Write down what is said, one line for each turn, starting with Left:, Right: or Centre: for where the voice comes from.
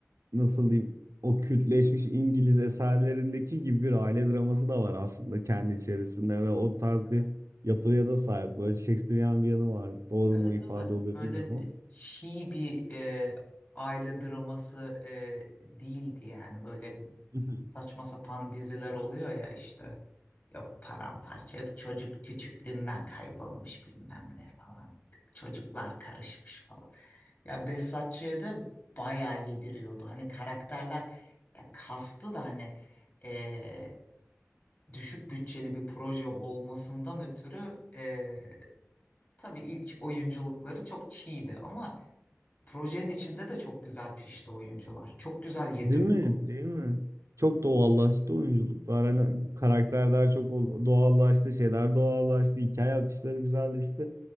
Right: nasıl diyeyim o kültleşmiş İngiliz eserlerindeki gibi bir aile draması da var aslında kendi içerisinde ve o tarz
Left: Evet.
Right: bir yapıya da sahip. Böyle Shakespearean bir yanı var. Doğru
Left: Evet
Right: mu ifade
Left: evet.
Right: oluyor
Left: Öyle
Right: bilmiyorum ama.
Left: çiğ bir e, aile draması e, değildi yani böyle
Right: <laughs>
Left: saçma sapan diziler oluyor ya işte. Yok paramparça, yok çocuk küçüklüğünden kaybolmuş bilmem ne falan. Çocuklar karışmış falan. Ya Behzat Ç'de bayağı yediriyordu. Hani karakterler ya kastı da hani eee, düşük bütçeli bir proje olmasından ötürü eee tabii ilk oyunculukları çok çiğdi ama projenin içinde de çok güzel pişti oyuncular. Çok güzel yedirdi.
Right: Değil mi? Değil mi? Çok doğallaştı oyunculuklar. Hani karakterler çok o- doğallaştı, şeyler doğallaştı, hikaye akışları güzelleşti.